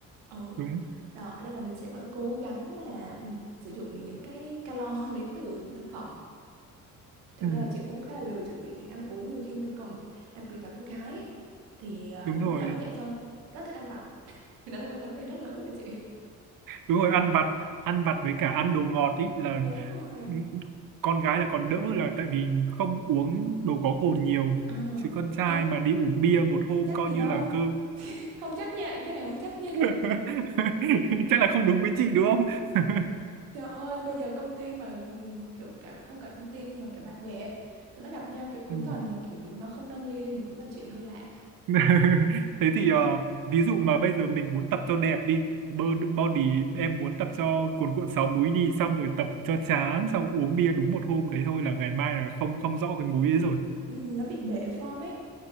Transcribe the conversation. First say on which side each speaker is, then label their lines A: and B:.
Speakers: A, on the right (about 70°); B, on the right (about 50°).
A: Ừ,
B: đúng
A: đó nên là mình sẽ vẫn cố gắng là ừ, sử dụng những cái calo <laughs> đến từ thực phẩm. Thực
B: ừ,
A: ra là chị cũng khá là lười chuẩn bị ăn uống nhiều khi mình còn đặc biệt là con gái ấy, thì ờ,
B: đúng rồi
A: lúc nào cũng vậy thôi rất thích ăn vặt thì đó là một cái vấn đề rất lớn mà chị
B: đúng rồi ăn vặt ăn
A: Ừ,
B: vặt với cả ăn đồ ngọt ý
A: ừ,
B: là
A: đúng rồi
B: ừ, con gái là còn đỡ là tại vì không uống đồ có cồn nhiều
A: ờ
B: chứ con trai
A: ê
B: mà đi uống bia một hôm
A: chắc
B: coi
A: gì
B: như
A: đâu
B: là cơ
A: <laughs> không chắc nha cái này không chắc nha
B: <laughs> chắc là không đúng với chị đúng không <laughs>
A: trời ơi bây giờ công ty mà ừm, kiểu cả không cả công ty đi nhưng mà kiểu bạn bè ấy, tụi nó gặp nhau kiểu cuối
B: ừ.
A: tuần là kiểu nó không nâng ly lên thì cũng là chuyện hơi lạ
B: <laughs> thế thì ờ, ví dụ mà bây giờ mình muốn tập cho đẹp đi bơ- body em muốn tập cho cuồn cuộn sáu múi đi xong rồi tập cho chán xong uống bia đúng một hôm đấy thôi là ngày mai là không không rõ cái múi ấy rồi
A: Ừm, nó bị bể form ấy